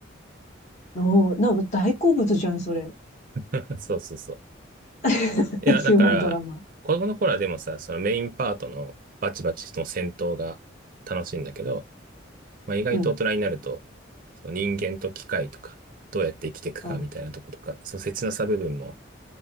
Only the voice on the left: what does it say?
おー、なんか大好物じゃん、それ。
<laughs>
ヒューマンドラマ。
うん。
うん。